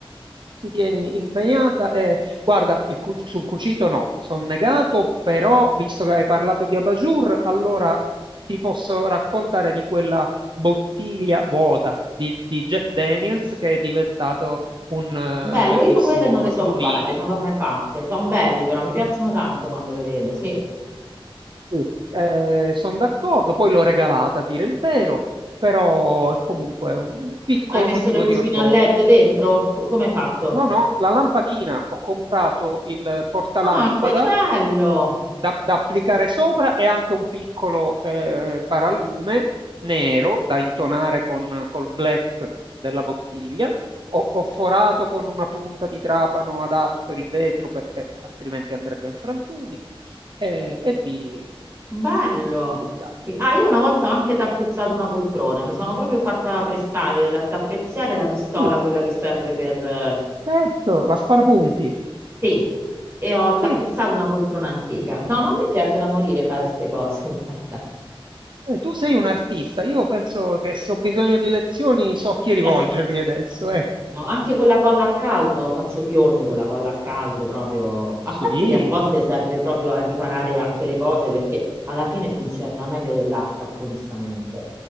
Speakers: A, on the right; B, on the right.
A: ti tieni impegnata e guarda, il cu- sul cucito no, sono negato, però visto che hai parlato di Abajur, allora ti posso raccontare di quella bottiglia vuota di, di Jack Daniels che è diventato un, eh,
B: Bello,
A: un bellissimo
B: io quelle non le so
A: lumino.
B: fare, non le ho mai fatte. Sono belli però, mi piacciono tanto quando le vedo, sì.
A: Sì, sono d'accordo, poi l'ho regalata a dire il vero, però è comunque un piccolo
B: Hai messo
A: motivo
B: le lucine
A: di orgoglio.
B: a LED dentro? Co- Come hai fatto?
A: No, no, la lampadina, ho comprato il portalampada
B: Ah, che bello!
A: da, da applicare sopra e anche un piccolo eh, paralume nero da intonare con, col black della bottiglia. Ho, ho forato con una punta di trapano adatto il vetro perché altrimenti andrebbe in frantumi eh, e lì
B: Bello.
A: lì zacco.
B: Sì. Ah, io una volta ho anche tappezzato una poltrona, mi sono proprio fatta prestare dal tappezziere la pistola,
A: Sì,
B: quella che serve per... eh,
A: certo, la sparapunti.
B: Sì, e ho
A: Sì,
B: tappezzato una poltrona antica. No, ma a me piace da morire fare queste cose, <laughs> guarda.
A: eh, tu sei un artista. Io penso che se ho bisogno di lezioni so a chi rivolgermi
B: Eh,
A: adesso. Ecco.
B: No, anche con la colla a caldo faccio di ogni con la colla a caldo proprio.
A: Sì.
B: A parte che a volte serve proprio a riparare anche le cose perché alla fine funziona meglio dell'attacco, onestamente.